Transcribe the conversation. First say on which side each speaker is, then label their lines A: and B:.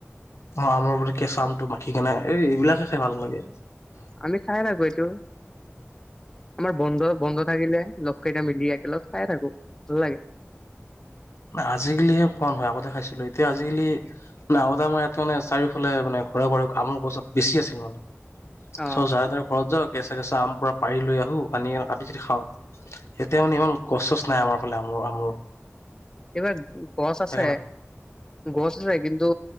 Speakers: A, on the left (about 75°); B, on the left (about 15°).
A: অ', আমৰ মানে কেঁচা আমটো মাখি কেনো এই এইবিলাকে খাই ভাল লাগে।
B: আমি খাই লাগো এইটো আমাৰ বন্ধ বন্ধ থাকিলে। লগ কেইটা মিলি একেলগ খাই থাকো ভাল লাগে।
A: আজিকালিহে খোৱা নহয় আগতে খাইছিলো। এতিয়া আজিকালি নতে আমাৰ ইয়াতে মে চাৰিওফালে মানে ঘৰে ঘৰে আমুৰ গছত বেছি আছিল মানে
B: অ
A: চ যাৰ তাৰ ঘৰত যাওঁ কেঁচা কেঁচা আম পুৰা পাৰি লৈ আহো আনি কাটি চাটি খাওঁ। এতিয়া মানে ইমান কচ চচ নাই আমাৰ ফালে আম আম
B: এইবাৰ গছ আছে
A: না
B: গছ আছে। কিন্তু